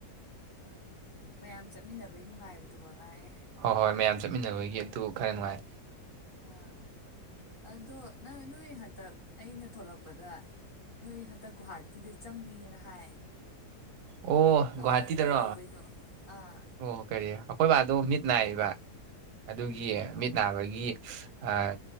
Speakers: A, on the left; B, on the right.
A: ꯍꯣꯏ ꯃꯌꯥꯝ ꯆꯠꯃꯤꯟꯅꯕꯩ ꯅꯨꯡꯉꯥꯏꯕꯗꯨ ꯃꯉꯥꯏ
B: ꯍꯣꯏ ꯍꯣꯏ ꯃꯌꯥꯝ ꯆꯠꯃꯤꯟꯅꯕꯒꯤ ꯑꯗꯨ ꯈꯔ ꯅꯨꯡꯉꯥꯏ
A: ꯑ ꯑꯗꯣ ꯅ ꯅꯣꯏ ꯍꯟꯗꯛ ꯑꯩꯅ ꯊꯣꯛꯂꯛꯄꯗ ꯅꯣꯏ ꯍꯟꯗꯛ ꯒꯨꯍꯥꯇꯤꯗ ꯆꯪꯅꯤꯅ ꯀꯩꯅꯣꯝꯃ ꯍꯥꯏ
B: ꯑꯣ ꯒꯣꯍꯥꯇꯤꯗꯔꯣ
A: ꯑꯥ ꯀꯩꯗꯧꯕꯩꯅꯣ ꯑꯥ
B: ꯑꯣ ꯀꯔꯤ ꯑꯩꯈꯣꯏ ꯕꯥꯗꯣ ꯃꯤꯠ ꯅꯥꯏꯕ ꯑꯗꯨꯒꯤ ꯃꯤꯠ ꯅꯥꯕꯒꯤ ꯑꯥ